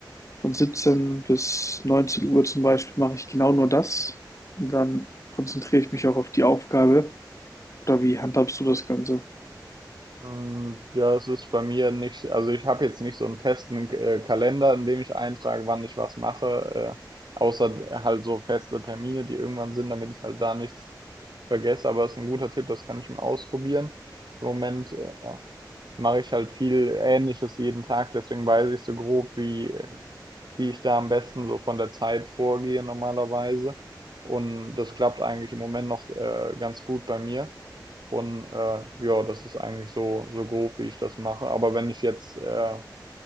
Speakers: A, on the left (about 40°); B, on the right (about 70°).
A: Von 17 bis 19 Uhr zum Beispiel mache ich genau nur das. Und dann konzentriere ich mich auch auf die Aufgabe. Oder wie handhabst du das Ganze?
B: Mm, Ja, es ist bei mir nicht, also ich habe jetzt nicht so einen festen äh, Kalender, in dem ich eintrage, wann ich was mache, äh, außer d- halt so feste Termine, die irgendwann sind, damit ich halt da nichts vergesse. Aber es ist ein guter Tipp, das kann ich mir ausprobieren. Im Moment äh, mache ich halt viel Ähnliches jeden Tag, deswegen weiß ich so grob, wie, äh, wie ich da am besten so von der Zeit vorgehe normalerweise. Und das klappt eigentlich im Moment noch äh, ganz gut bei mir. Und äh, ja, das ist eigentlich so, so grob, wie ich das mache. Aber wenn ich jetzt äh,